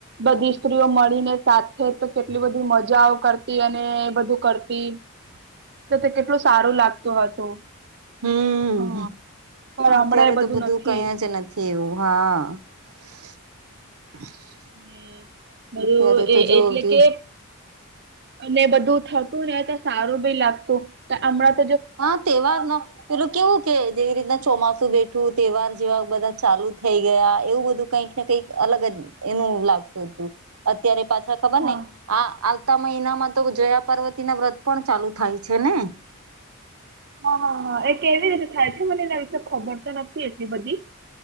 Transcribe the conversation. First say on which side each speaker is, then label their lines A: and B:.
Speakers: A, on the right; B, on the right.
A: બધી સ્ત્રીઓ મળીને સાથે તો કેટલી બધી મજાઓ કરતી અને બધું કરતી.
B: <inaudible> <inaudible>
A: તો તે કેટલું સારું લાગતું હતું.
B: હમ્મ,
A: હા પણ
B: અત્યારે
A: હમણાં એ
B: તો બધું
A: નથી
B: કઈ જ નથી એવું હા. <inaudible>
A: હમ્મ બધું
B: અત્યારે તો
A: એ
B: જો
A: એટલે કે અને બધું થતું ને તો સારું બી લાગતું તે અમણાં
B: હા તેહવાર નો પેલું કેવું કે જેવી રીતના ચોમાસું બેઠું તેહવાર જેવા બધા ચાલુ થઈ ગયા, એવું બધું કંઈક ને કંઈક અલગ જ એનું લાગતું હતું. અત્યારે પાછા ખબર
A: હા
B: ને આ આવતા મહિનામાં તો જયા પાર્વતીના વ્રત પણ ચાલુ થાય છે ને?
A: હા હા હા એ કેવી રીતે થાય છે? મને એના વિશે ખબર તો નથી એટલી બધી.